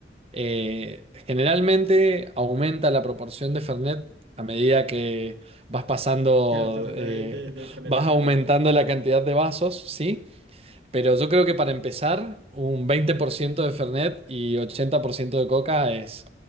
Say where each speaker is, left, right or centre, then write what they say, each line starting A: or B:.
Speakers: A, on the right; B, on the right.
A: Eh, generalmente aumenta la proporción de Fernet a medida que vas pasando,
B: Quedas pasando
A: eh,
B: de, de, de Fernet
A: vas
B: en
A: aumentando
B: Fernet.
A: la cantidad de vasos, ¿sí? Pero yo creo que para empezar, un 20% de Fernet y 80% de Coca es,